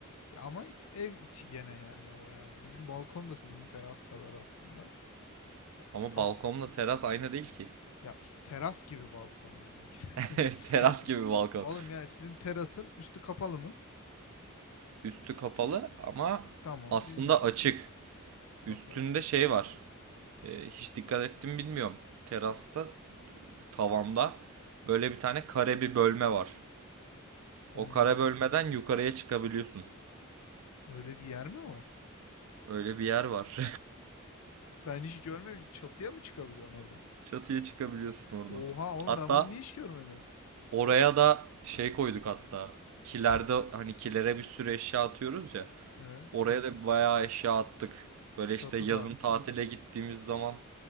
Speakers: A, on the left; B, on the right.
A: Ya ama işte ev içi gene yani o yani. Bizim balkon da sizin teras kadar aslında. Ya
B: Ama
A: tam
B: balkonla teras aynı değil ki.
A: ya işte teras gibi balkon bizimki.
B: <laughs>
A: <laughs>
B: Teras gibi balkon.
A: Oğlum yani sizin terasın üstü kapalı mı?
B: Üstü kapalı ama
A: Tamam.
B: aslında
A: bizim
B: açık. Üstünde
A: nasıl açık?
B: şey var. E, hiç dikkat ettim bilmiyorum. Terasta tavanda böyle bir tane kare bir bölme var.
A: Hmm.
B: O kare bölmeden yukarıya çıkabiliyorsun.
A: Öyle bir yer mi var?
B: Öyle bir yer var.
A: Ben hiç görmemiştim. Çatıya mı çıkabiliyorsun oradan?
B: <laughs> Çatıya çıkabiliyorsun oradan.
A: Oha oğlum
B: Hatta
A: ben bunu niye hiç görmedim?
B: oraya da şey koyduk hatta. Kilerde hani kilere bir sürü eşya atıyoruz ya.
A: Evet.
B: Oraya da bayağı eşya attık. Böyle
A: Çatıda.
B: işte yazın tatile gittiğimiz zaman